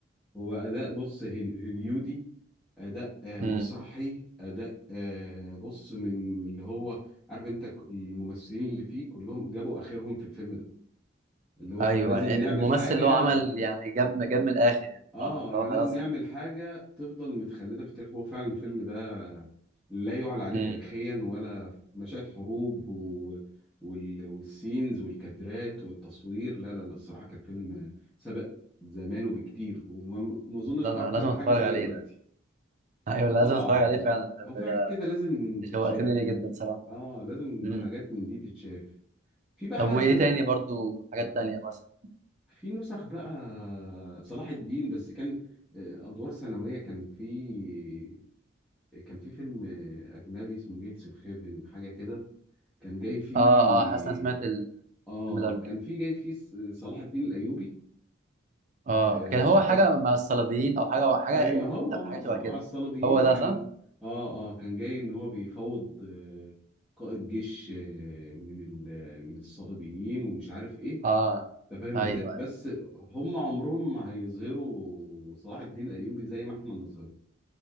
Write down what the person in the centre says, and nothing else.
هو اداء بص هل- هوليودي اداء آه،
مسرحي اداء آه، بص من اللي هو عارف انت ك- الممثلين اللي فيه كلهم جابوا اخرهم في الفيلم ده اللي هو
احنا لازم
نعمل
حاجه
اه
انا
لازم نعمل
حاجه تفضل متخلده في التاريخ هو فعلا الفيلم ده لا يعلى عليه
تاريخيا ولا مشاهد حروب و... وال... والسينز والكادرات والتصوير لا لا لا الصراحه كان فيلم سبق زمانه بكتير وما ما اظنش
تعرف
تعمل
حاجه زيه
دلوقتي
اه
طبعا
او في حاجات
كده لازم
تتشاف
اه لازم
حاجات من دي تتشاف في بقى
في نسخ بقى صلاح الدين بس كان آه، ادوار ثانويه كان في كان في فيلم آه، اجنبي اسمه جيتس اوف هيفن حاجه كده كان جاي فيه
اه
كان
في جاي فيه ص- صلاح الدين الايوبي
آه،
شك-
اي
ما هو
ما هو
مع
الصليبيين
كان
اه اه كان جاي ان هو بيفاوض آه، قائد جيش آه، من ال- من الصليبيين ومش عارف ايه
انت فاهم
ازاي بس
هم عمرهم ما هيظهروا صلاح الدين الايوبي زي ما احنا نظهر